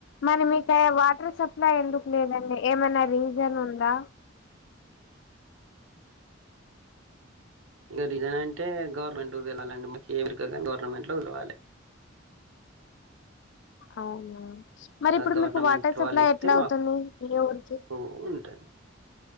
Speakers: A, on the left; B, on the right.
A: మనీ మీకే వాటర్ సప్లై ఎందుకు లేదండి. ఏమన్నా రీస్ జెను ఉందా.
B: ఇగా రీజన్ అంటే గవర్నమెంటుకు తెలవాలండి. మాకు <unintelligible> గవర్నమెంట్ లో తేలవలే
A: అవునా మరి ఇప్పుడు
B: గవర్నమెంట్
A: మీకు వాటర్ సప్లై
B: వాళ్ళు ఇస్తే
A: ఎట్లా అవుతుంది. మీ ఊరికి
B: మాకు ఉంటది